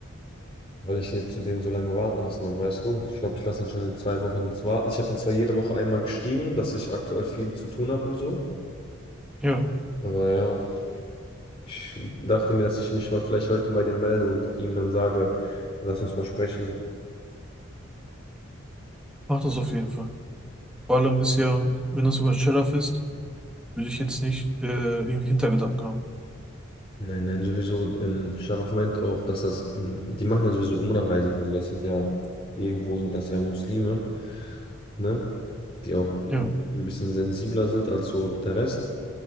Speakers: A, on the left; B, in the centre.
A: Weil ich jetzt zu denen so lange warten lassen habe, weißt du? Ich glaube, ich lasse ihn schon in zwei Wochen jetzt warten. Ich habe den zwar jede Woche einmal geschrieben, dass ich aktuell viel zu tun habe und so.
B: Ja,
A: Aber ja. Ich dachte mir, dass ich mich heu- vielleicht heute bei dem melde und ihm dann sage, lass uns mal sprechen.
B: mach das auf jeden Fall. Vor allem ist ja, wenn das über Shellac ist, würde ich jetzt nicht äh, irgendwie Hintergedanken haben.
A: Nein, nein, sowieso. Ähm, Scharaf meint auch, dass das, ähm, die machen ja sowieso Umrah-Reisen. Also das sind ja, irgendwo sind das ja Muslime, ne? Die auch
B: Ja,
A: ein bisschen sensibler sind als so der Rest.